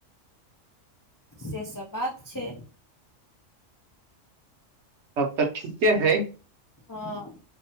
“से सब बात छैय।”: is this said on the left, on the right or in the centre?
Left